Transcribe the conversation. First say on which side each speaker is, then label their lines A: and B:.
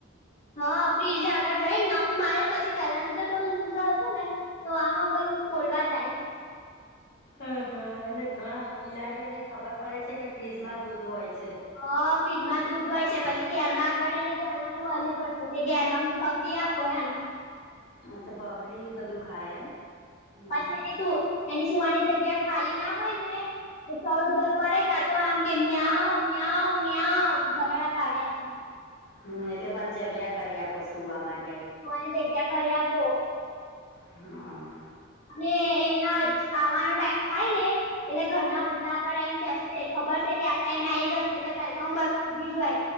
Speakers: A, on the left (about 35°); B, on the left (about 50°).
A: હ ફ્રીજ આગળ જયને નખ મારે પછી પેહેલાનું તો થોડું લુઝ હતું ને તો આમ આમ કરીન ખોલવા જાય
B: હ હ હા એટલે ઘણા બિલાડીઓને ખબર પડે છે, કે ફ્રીજમાં દૂધ હોય છે.
A: હ ફ્રીજમાં દૂધ હોય છે, પછી ઘેરમાં આગળ ને ધેર માં ને વલી કરશે કે ઘેરમાં <unintelligible> પી આપો એમ
B: હ તો બકરી બધું ખાય એમ હમ.
A: પાછડી સુ એની એની સુવાની જગ્યા ખાલી ના હોય ને તો ચળ ઉતર કરે કા તો આમ કે મ્યાવ મ્યાવ મ્યાવ બરાડા પાડે એમ
B: હ એટલે મન જગ્યા કરી આપો સુવા માટે
A: મને જગ્યા કર આપો
B: હા.
A: ને અહિયાં આવાનો ટાઈમ થાય ને એટલે ઘરના ઓટલા આગળ આવીઈને બેસશે ખબર છે કે આ ટાઈમે આવી જશે એટલે વેલકમ કરો ઊભી જય.